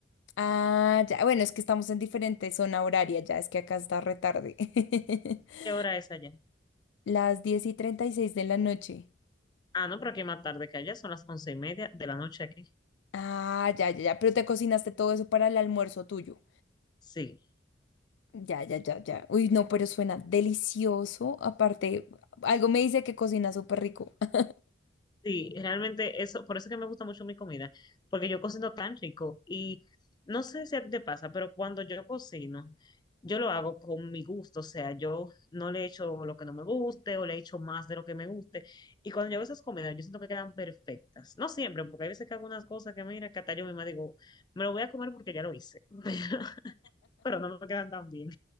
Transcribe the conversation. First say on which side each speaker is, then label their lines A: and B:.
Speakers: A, on the left; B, on the left.
A: Ah, ya, bueno, es que estamos en diferente zona horaria, ya, es que acá está retarde. <laughs>
B: ¿Qué hora es allá?
A: Las 10 y 36 de la noche.
B: Ah, no, pero aquí más tarde que allá, son las once y media de la noche aquí.
A: Ah, ya, ya, ya. Pero te cocinaste todo eso para el almuerzo tuyo.
B: Sí,
A: Ya, ya, ya, ya. Uy, no, pero suena delicioso. Aparte, algo me dice que cocina súper rico. <laughs>
B: sí, realmente eso, por eso es que me gusta mucho mi comida, porque yo cocino tan rico y no sé si a ti te pasa, pero cuando yo cocino, yo lo hago con mi gusto, o sea, yo no le echo lo que no me guste o le echo más de lo que me guste. Y cuando yo hago esas comidas, yo siento que quedan perfectas. No siempre, porque hay veces que hago unas cosas que mira, que hasta yo misma digo, me lo voy a comer porque ya lo hice, <laughs> pero no me quedan tan bien.